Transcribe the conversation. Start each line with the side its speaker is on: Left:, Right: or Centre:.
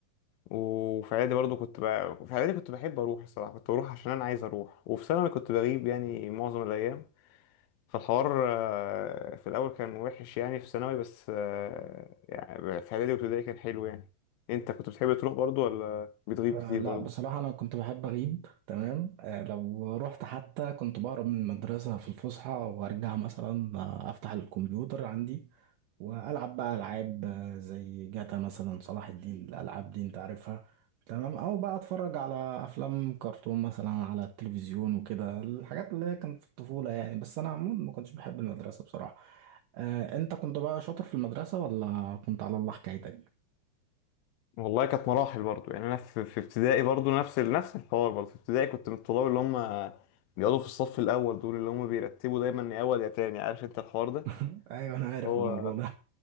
Left: وفي اعدادي برضو كنت ب... في اعدادي كنت بحب اروح الصراحه كنت بروح عشان انا عايز اروح وفي ثانوي كنت بغيب يعني معظم الايام فالحوار آه، في الاول كان وحش يعني في ثانوي بس آه، يعني في اعدادي وابتدائي كان حلو يعني انت كنت بتحب تروح برضو ولا بتغيب
Right: آه
Left: كتير
Right: لا
Left: برضو
Right: بصراحة أنا كنت بحب أغيب تمام آه لو رحت حتى كنت بهرب من المدرسة في الفسحة وأرجع مثلا آه، أفتح الكمبيوتر عندي والعب بقى العاب آه، زي جاتا مثلا صلاح الدين الالعاب دي انت عارفها تمام او بقى اتفرج على افلام كرتون مثلا على التلفزيون وكده الحاجات اللي هي كانت في الطفوله يعني بس انا عموما ما كنتش بحب المدرسه بصراحه آه انت كنت بقى شاطر في المدرسه ولا كنت على الله حكايتك
Left: والله كانت مراحل برضو يعني انا في في ابتدائي برضو نفس ال- نفس الحوار برضو في ابتدائي كنت من الطلاب اللي هم بيقعدوا في الصف الاول دول اللي هم بيرتبوا دايما يا اول يا تاني عارف انت الحوار ده
Right: <laughs> ايوه انا عارف
Left: هو
Right: الموضوع ده